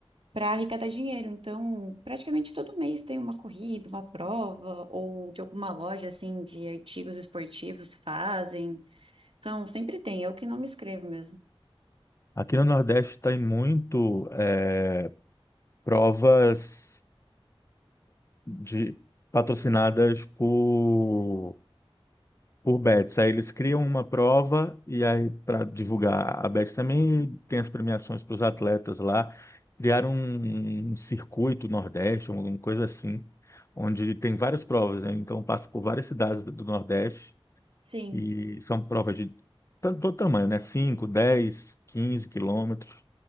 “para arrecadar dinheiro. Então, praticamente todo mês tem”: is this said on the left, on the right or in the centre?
Right